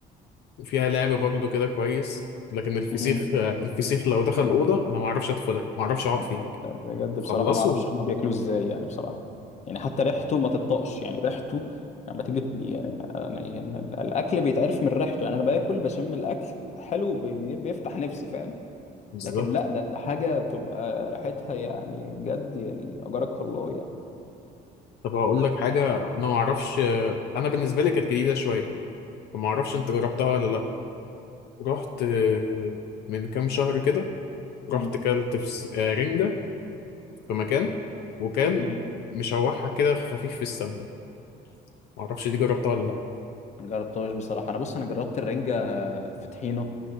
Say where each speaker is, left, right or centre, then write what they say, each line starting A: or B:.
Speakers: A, on the left; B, on the left.
A: وفيها لعب برضه كده كويس لكن الفسيخ
B: امم
A: آه، الفسيخ لو دخل
B: أنا
A: الأوضة
B: بجد
A: أنا ما أعرفش أدخلها ما أعرفش أقعد
B: أنا
A: فيها
B: بجد
A: خلصوا
B: بصراحة ما أعرفش هما بياكلوه إزاي يعني بصراحة يعني حتى ريحته ما تطاقش يعني ريحته لما تيجي يعني أنا يعني الأكل بيتعرف من ريحته يعني أنا باكل بشم الأكل حلو بي- بي- بيفتح نفسي فاهم
A: بالظبط
B: لكن لا ده ده حاجة بتبقى ريحتها يعني بجد يعني أجرك الله يعني
A: طب هقول لك حاجة أنا ما أعرفش آه، أنا بالنسبة لي كانت جديدة شوية فما أعرفش أنت جربتها ولا لأ رحت آه،
B: ايه
A: من كام شهر كده
B: امم
A: رحت كلت فس... آه، رنجة في مكان وكان
B: امم
A: مشوحها كده خفيف في السمنة معرفش دي جربتها ولا لأ
B: جربتهاش بصراحه انا بص انا جربت الرنجه في طحينه